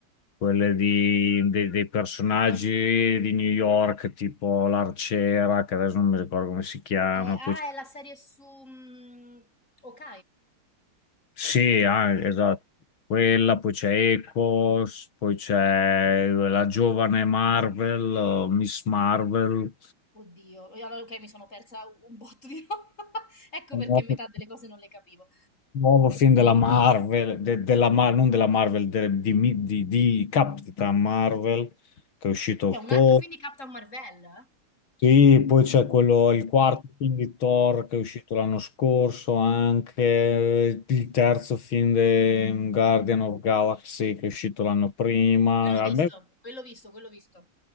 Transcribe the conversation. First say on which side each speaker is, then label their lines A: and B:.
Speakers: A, on the left; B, on the left.
A: quelle di- dei dei personaggi di New York, tipo l'Arciera, che adesso non mi ricordo come si chiama,
B: Eh, ah,
A: poi
B: è la serie su mm, Ok.
A: sì, anche, esatto. Quella, poi c'è Echoes, poi c'è la giovane Marvel, o Miss Marvel,
B: Oddio, e allora ok, mi sono persa un <laughs> botto di roba. <laughs> Ecco
A: un
B: perché
A: nuovo,
B: metà delle cose non le capivo.
A: nuovo film della Marvel, de- della Mar- non della Marvel, de- di, Mi- di, di Capitan Marvel, che è uscito
B: C'è
A: a ottobre.
B: un altro film di Captain Marvel? Ah,
A: Sì, poi c'è quello, il quarto film di Thor che è uscito l'anno scorso, anche il terzo film di Guardian of Galaxy che è uscito l'anno prima.
B: quello visto,
A: Almeno
B: quello visto, quello visto.